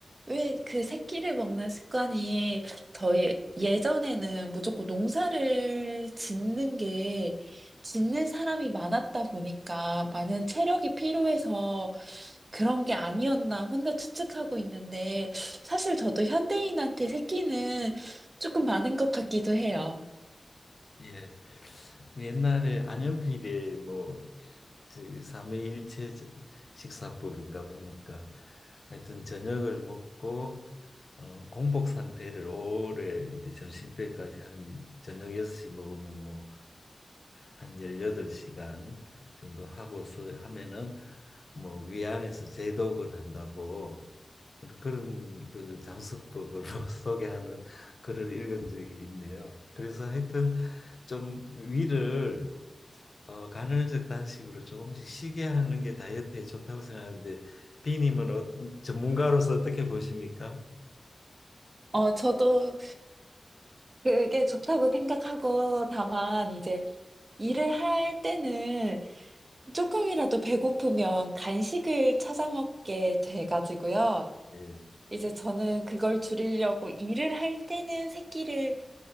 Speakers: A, on the right; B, on the left.
A: 왜 그 새끼를 먹는 습관이 저희 예전에는 무조건 농사를 짓는 게 짓는 사람이 많았다 보니까 많은 체력이 필요해서 그런 게 아니었나 혼자 추측하고 있는데 사실 저도 현대인한테 새끼는 조금 많은 것 같기도 해요.
B: 예. 옛날에 안현필의 뭐저 삼회일체 식사법인가 보니까 하여튼 저녁을 먹고 어, 공복 상태를 오래 이제 점심때까지 한 저녁 6시 먹으면 뭐 한 18시간 정도 하고서 하면은 뭐 위안에서 제독을 한다고 그런 그 장수법을 <laughs> 소개하는 글을 읽은 적이 있네요. 그래서 하여튼 좀 위를 어, 간헐적 단식으로 조금씩 쉬게 하는 게 다이어트에 좋다고 생각하는데 비님은 어떤 전문가로서 어떻게 보십니까?
A: 어, 저도 그게 좋다고 생각하고 다만 이제 일을 할 때는 조금이라도 배고프면 간식을 찾아 먹게 돼가지고요.
B: 예.
A: 이제 저는 그걸 줄이려고 일을 할 때는 새끼를